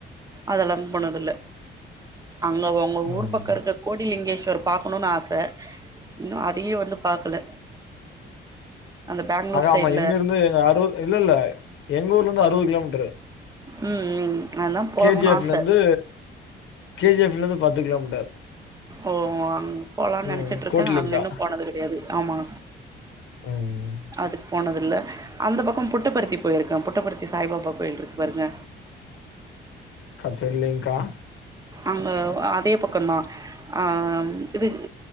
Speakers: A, on the right (about 20°); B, on the left (about 75°).
A: அதெல்லாம் போனதுல்ல அங்க ஒங்க
B: ம்
A: ஊர் பக்கொ இருக்க கோடி லிங்கேஸ்வர் பாக்கணுன் ஆச இன்னு அதையே வந்து பாக்கல அந்த பேங்களூர்
B: அதாம்மா
A: சைட்ல
B: எங்கருந்து எங்க அறு இல்ல இல்ல எங்க ஊர்ல இருந்து அறுவது கிலோமீட்டரு
A: ம் ம் அதான் போணுன்னு
B: கே ஜி எப்
A: ஆச
B: லந்து கே ஜி எப் ல இருந்து பத்து கிலோமீட்டர்
A: ஓ அங் போலான்
B: ம்
A: நெனைச்சிட்டுருக்க
B: கூட்லிங்கா
A: அங்க இன்னு போனது கெடையாது ஆமா
B: ம் ம்
A: அதுக்கு போனதில்ல அந்த பக்கம் புட்டப்பர்த்தி போய்ருக்க புட்டப்பர்த்தி சாய்பாபா கோயில் இருக்கு பாருங்க
B: கா தெர்லிங்க்கா
A: அங்க அதே பக்கந்தா ஆம் இது